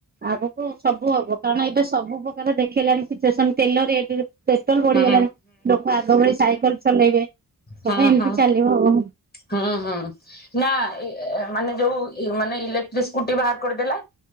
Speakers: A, on the right; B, on the left.
A: ଆଗକୁ ସବୁ ହବ କାରଣ ଏବେ ସବୁ ପ୍ରକାର ଦେଖେଇଲାଣି ସିଚୁଏସନ। ତେଲ ରେଟ କେତ ପେଟ୍ରୋଲ ବଢିଗଲାଣି।
B: ହୁଁ
A: ଲୋକ ଆଗ ଭଳି ସାଇକେଲ ଚଲେଇବେ। ସବୁ
B: ହଁ
A: ଏମିତି
B: ହଁ
A: ଚାଲିବ ଆଉ।
B: ହଁ ହଁ ନା। ଏ ମାନେ ଯଉ ମାନେ ଇଲେକ୍ଟ୍ରିକ ସ୍କୁଟି ବାହାର କରିଦେଲା।